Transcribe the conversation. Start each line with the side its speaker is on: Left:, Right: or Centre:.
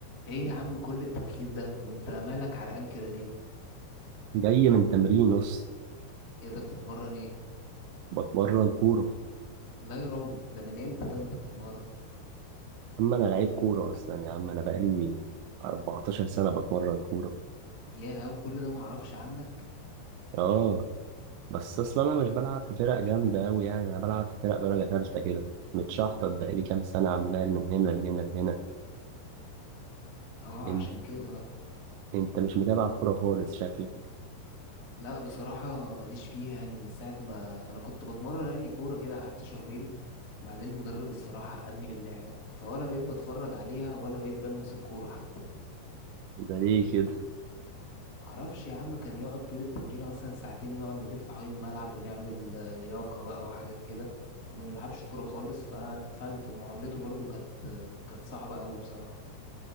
Left: ايه يا عم كل التأخير ده وانت مالك عرقان كده ليه
Right: جاي من تمرين اصلا
Left: ايه ده بتتمرن ايه
Right: بتمرن كورة
Left: لا يا راجل ده من امتى ده انت بتتمرن
Right: اما انا لعيب كورة اصلا يا عم انا بقالي 14 سنة بتمرن كورة
Left: ياه وكل ده معرفش عنك
Right: اه بس اصلا انا مش بلعب في فرق جامدة اوي يعني انا بلعب في فرق درجة تالتة كده متشحطط بقالي كام سنة عمال من هنا لهنا لهنا
Left: اه
Right: انت
Left: عشان كده بقى
Right: انت مش متابع كورة خالص شكلك
Left: لا بصراحة ماليش فيها يعني من ساعة ما انا كنت بتمرن يعني كورة كده قعدت شهرين بعدين المدرب الصراحة عقدني من اللعبة فولا بقيت بتفرج عليها ولا بقيت بلمس الكورة حتى
Right: ده ليه كده
Left: معرفش يا عم كان يقعد طول التمرين مثلا ساعتين نقعد نلف حوالين الملعب ونعمل آه، لياقة بقى وحاجات كده وما نلعبش كورة خالص فاتقفلت ومعاملته برضو كانت آه، كانت صعبة قوي بصراحة